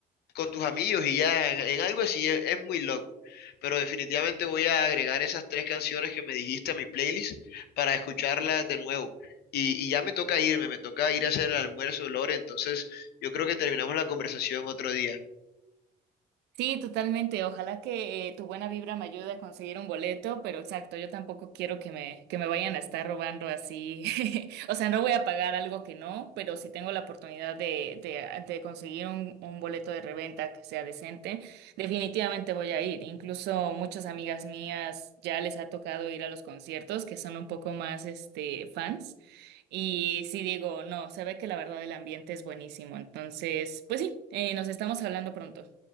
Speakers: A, on the left (about 70°); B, on the right (about 80°).
A: con tus amigos y ya en, en algo así es, es muy loco. Pero definitivamente voy a agregar esas tres canciones que me dijiste a mi playlist para escucharlas de nuevo. Y, y ya me toca irme, me toca ir a hacer el almuerzo, Lore. Entonces yo creo que terminamos la conversación otro día.
B: Sí, totalmente. Ojalá que eh, tu buena vibra me ayude a conseguir un boleto, pero exacto, yo tampoco quiero que me, que me vayan a estar robando así. <laughs> O sea, no voy a pagar algo que no, pero si tengo la oportunidad de, de, de conseguir un, un boleto de reventa que sea decente, definitivamente voy a ir. Incluso muchas amigas mías ya les ha tocado ir a los conciertos, que son un poco más este, fans. Y sí digo, no, se ve que la verdad el ambiente es buenísimo. Entonces, pues sí, eh, nos estamos hablando pronto.